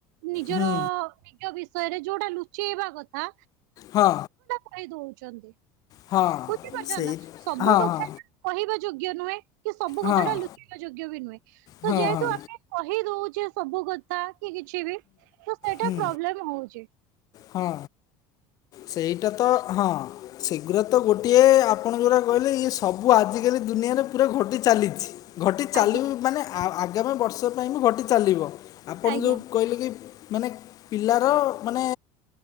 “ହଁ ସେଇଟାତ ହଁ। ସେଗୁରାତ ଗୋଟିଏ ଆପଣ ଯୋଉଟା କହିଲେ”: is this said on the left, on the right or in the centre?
Left